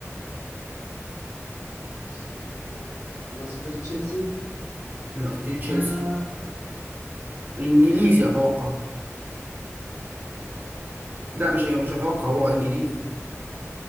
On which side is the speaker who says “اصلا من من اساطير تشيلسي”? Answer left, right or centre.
Left